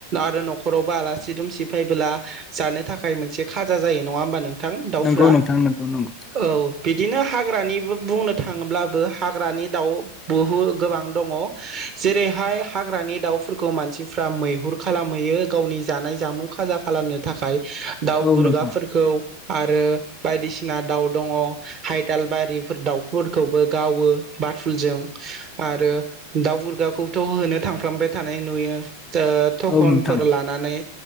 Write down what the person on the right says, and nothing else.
आरो न'खरावबो आलासि दुमसि फैबोला जानो थाखाय मोनसे खा खाजा जायो नङा होनबा नों नोंथां दाउफोरा
औ। बिदिनो हाग्रानि बुंनो थाङोब्लाबो हाग्रानि दाउ बुहु गोबां दङ, जेरैहाय हाग्रानि दाउफोरखौ मानसिफ्रा मैहुर खालामहैयो गावनि जानाय जामुं खाजा खालामनो थाखाय।
गुरगाफोरखौ
आरो बायदिसिना दाउ दङ' हायदालबारिफोर दाउफोरखौबो गावो बाथुलजों आरो दाउ बुरगाखौथ' होनो थांफ्रामबाय थानाय नुयो। ओ थखनफोर
लानानै